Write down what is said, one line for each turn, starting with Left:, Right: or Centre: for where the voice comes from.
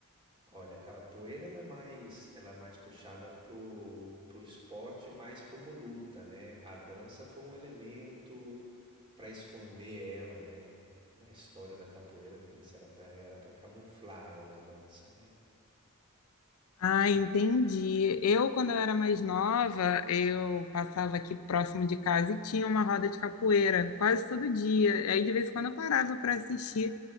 Right: Olha, a capoeira ela é mais, ela é mais puxada pro, pro esporte, mais como luta, né? A dança foi um elemento para esconder ela, né? Na história da capoeira tem isso, era para era para camuflar ela a dança, né?
Left: Ah, entendi. Eu, quando eu era mais nova, eu passava aqui próximo de casa e tinha uma roda de capoeira quase todo dia. Aí, de vez em quando, eu parava para assistir.